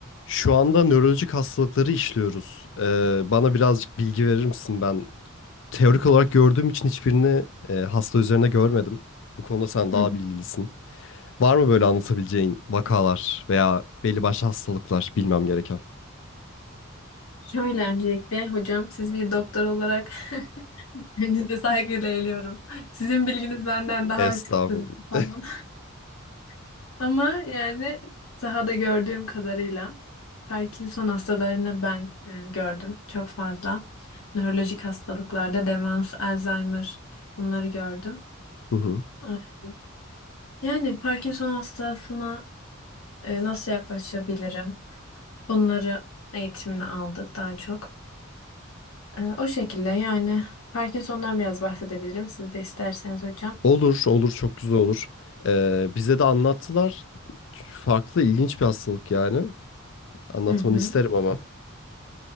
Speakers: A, on the left (about 60°); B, on the left (about 85°).
A: Şu anda nörolojik hastalıkları işliyoruz. Ee, bana birazcık bilgi verir misin? Ben teorik olarak gördüğüm için hiçbirini e, hasta üzerine görmedim. Bu konuda sen daha
B: Hı hı.
A: bilgilisin. Var mı böyle anlatabileceğin vakalar veya belli başlı hastalıklar bilmem gereken?
B: Şöyle öncelikle hocam siz bir doktor olarak <laughs> önünüze saygıyla eğiliyorum. Sizin bilginiz benden daha
A: Estağfurullah.
B: üstün falan. <laughs> Ama yani sahada gördüğüm kadarıyla Parkinson hastalarını ben e, gördüm çok fazla. Nörolojik hastalıklarda demans, Alzheimer bunları gördüm.
A: Hı hı.
B: Evet. Yani Parkinson hastasına e, nasıl yaklaşabilirim? Bunları eğitimini aldık daha çok. Ee, O şekilde yani Parkinson'dan biraz bahsedebilirim. Siz de isterseniz hocam.
A: Olur, olur çok güzel olur. Ee, bize de anlattılar. Farklı, ilginç bir hastalık yani. Anlatmanı
B: Hı hı.
A: isterim ama.